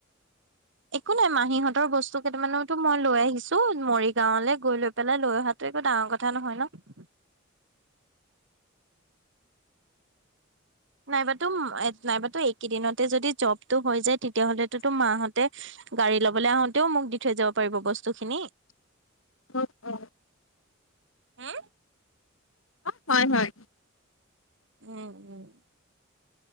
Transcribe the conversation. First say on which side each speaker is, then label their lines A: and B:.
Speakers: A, on the right; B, on the left.
A: একো নাই, মাহীহঁতৰ বস্তু কেইটামানোতো মই লৈ আহিছোঁ মৰিগাঁৱলে গৈ লৈ পেলাই লৈ অহাটো একো ডাঙৰ কথা নহয় ন'। নাইবাতো, নাইবাতো এইকেইদিনতে যদি জবটো হৈ যায় তেতিয়াহ'লেতোতো মাহঁতে গাড়ী ল'বলৈ আহোতেও মোক দি থৈ যাব পাৰিব বস্তুখিনি।
B: <unintelligible>
A: হু?
B: হয় হয়।
A: উম, উম।